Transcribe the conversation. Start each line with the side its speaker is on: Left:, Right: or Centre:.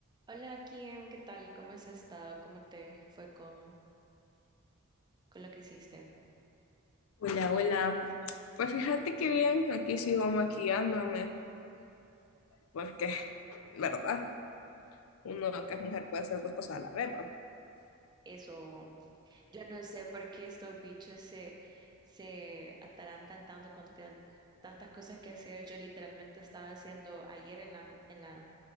Right: Hola Kim, ¿qué tal? ¿Cómo has estado? ¿Cómo te fue con, con lo que hiciste?
Left: Hola, hola. Pues fíjate que bien, aquí sigo maquillándome, porque, ¿verdad? Uno que es mujer puede hacer dos cosas a la vez, ¿va?
Right: Eso, yo no sé por qué estos bichos se, se atarantan tanto cuando tienen tantas cosas que hacer. Yo literalmente estaba haciendo ayer en la, en la,